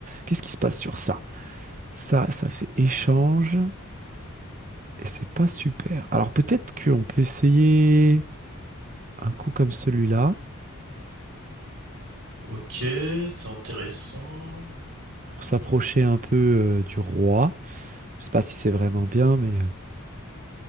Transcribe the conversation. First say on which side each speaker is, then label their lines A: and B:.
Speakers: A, on the right (about 35°); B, on the right (about 80°).
A: Qu'est-ce qui se passe sur ça? Ça, ça fait échange et c'est pas super. Alors peut-être qu'on peut essayer un coup comme celui-là
B: Ok, c'est intéressant.
A: pour s'approcher un peu euh, du roi. Je sais pas si c'est vraiment bien, mais euh,